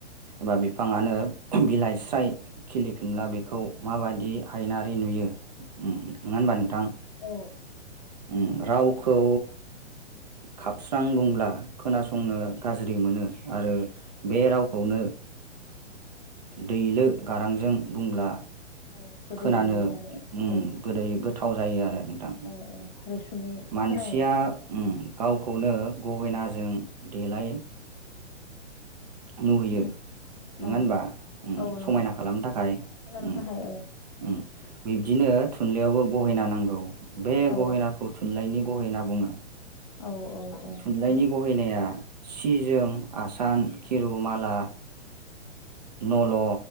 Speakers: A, on the right (about 35°); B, on the left (about 30°).
A: एबा बिफाङानो बिलाइ स्राय खिलिफिनब्ला बेखौ माबादि हायनारि नुयो? नङा होनबा नोंथां
B: औ
A: उम रावखौ खाबस्रां बुंब्ला खोनासंनो गाज्रि मोनो आरो बे राव खौनो दैलो गारांजों बुंब्ला
B: औ गोदैयो
A: खोनानो
B: माने
A: उम
B: औ
A: गोदै गोथाव जायो आरो। नोंथां
B: औ औ रैसुमै
A: मानसिया
B: खोनायो
A: उम गावखौनो गहेनाजों देलाय नुहैयो
B: उम
A: नङा
B: औ
A: होनबा उम
B: औ
A: समायना
B: नंगौ
A: खालामनो थाखाय
B: खालामनो
A: उम
B: थाखाय औ
A: उम बिदिनो थुनलाइयावबो गहेना नांगौ बे
B: औ
A: गहेनाखौ थुनलाइनि गहेना बुङो।
B: औ औ औ नोंथां
A: थुनलाइनि गहायनाया सि जोम आसान खिर' माला नल'